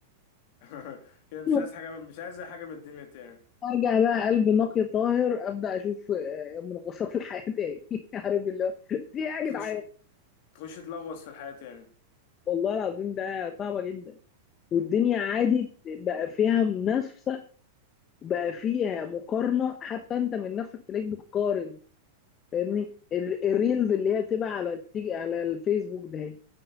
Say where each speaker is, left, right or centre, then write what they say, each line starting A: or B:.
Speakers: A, on the left; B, on the left.
A: <laughs> كده مش
B: أيوة،
A: عايز حاجة مش عايز أي حاجة من الدنيا تاني
B: ارجع بقى قلب نقي طاهر ابدا اشوف آه، منغصات الحياه تاني <laughs> عارف اللي هو في ايه يا
A: تخش
B: جدعان
A: تخش تلغوص في الحياة تاني
B: والله العظيم ده صعبه جدا والدنيا عادي بقى فيها منافسه بقى فيها مقارنه حتى انت من نفسك تلاقيك بتقارن فاهمني ال- الريلز اللي هي بتبقى على بتيجي على الفيسبوك ده هي.